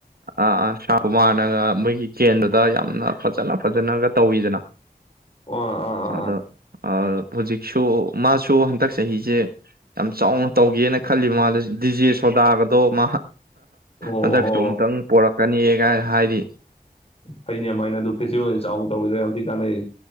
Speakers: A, on the right; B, on the left.
A: ꯑꯥ ꯑꯥ ꯁꯥ ꯃꯥꯟꯅꯅꯥ ꯃꯣꯏꯒꯤ ꯀꯦꯟꯗ ꯗ ꯌꯥꯝꯅ ꯐꯖꯅ ꯐꯖꯅꯒ ꯇꯧꯋꯤꯗꯅ
B: ꯑꯣ ꯑꯥ ꯑꯥ ꯑꯥ
A: ꯑꯗ ꯑ ꯍꯧꯖꯤꯛꯁꯨ ꯃꯥꯁꯨ ꯍꯟꯗꯛ ꯆꯍꯤꯁꯦ ꯌꯥꯝ ꯆꯥꯎꯅ ꯇꯧꯒꯦꯅ ꯈꯜꯂꯤ ꯃꯥ ꯗꯤꯖꯦ ꯁꯣꯗꯥꯒꯗꯣ ꯃꯥ
B: ꯑꯣ
A: ꯍꯟꯗꯛꯁꯨ
B: ꯍꯣ
A: ꯑꯃꯨꯛꯇꯪ ꯄꯣꯔꯛ ꯀꯅꯤꯑꯒꯥꯏ ꯍꯥꯏꯔꯤ
B: ꯐꯩꯅ ꯑꯗꯨꯃꯥꯏꯅ ꯑꯗꯨ ꯐꯦꯁꯇꯤꯚꯦꯜ ꯆꯥꯎꯅ ꯇꯧꯋꯤꯗ ꯌꯥꯝ ꯊꯤ ꯀꯥꯟꯅꯩ